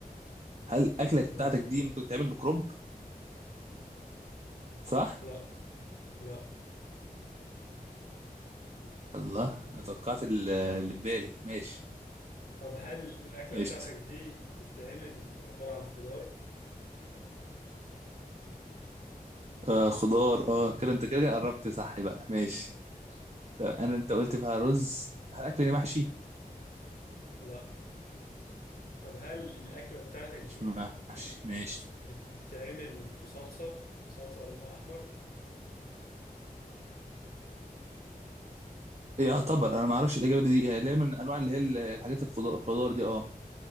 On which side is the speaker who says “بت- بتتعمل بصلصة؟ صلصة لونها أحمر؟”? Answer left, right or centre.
Left